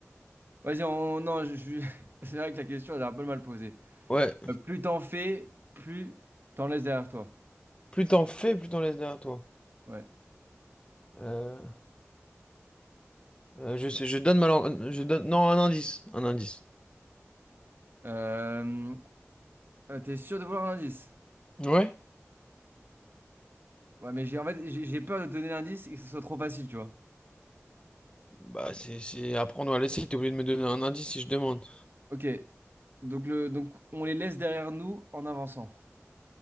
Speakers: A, on the right; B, on the left.
A: Vas-y, on... non, je... je- <laughs> c'est vrai que la question, elle est un peu mal posée.
B: Ouais.
A: Euh, plus t'en fais, plus t'en laisses derrière toi.
B: Plus t'en fais, plus t'en laisses derrière toi.
A: Ouais.
B: Euh, euh, je sais, je donne ma langue- Je donne... Non, un indice. Un indice.
A: Euh... euh, T'es sûr de vouloir un indice?
B: Ouais?
A: Ouais, mais j'ai en fait, j'ai j'ai peur de te donner l'indice et que ce soit trop facile, tu vois.
B: Bah, c'est c'est apprendre à laisser. T'es obligé de me donner un indice si je demande.
A: Ok, donc, le... donc on les laisse derrière nous en avançant.